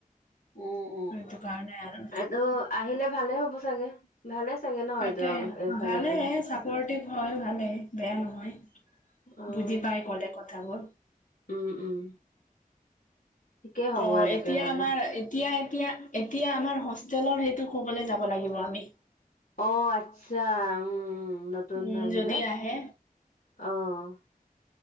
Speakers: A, on the left; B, on the left.
A: উম, উম
B: সেইটো কাৰণে আৰু
A: এইটো আহিলে ভালে হ'ব চাগে ভালে চাগে ন
B: তাকে
A: এইটো এইফালৰটো
B: ভালে <unintelligible> হয় ভালে বেয়া নহয়।
A: অ',
B: বুজি পাই ক'লে কথাবোৰ
A: উম, উম। ঠিকেই হ'ব
B: অ',
A: এনেকে
B: এতিয়া
A: হ'লে
B: আমাৰ এতিয়া এতিয়া এতিয়া আমাৰ হোষ্টেলৰ সেইটো ক'বলৈ যাব লাগিব আমি।
A: অ', আচ্ছা উম নতুন
B: উম
A: আহিলে।
B: যদি আহে
A: অ',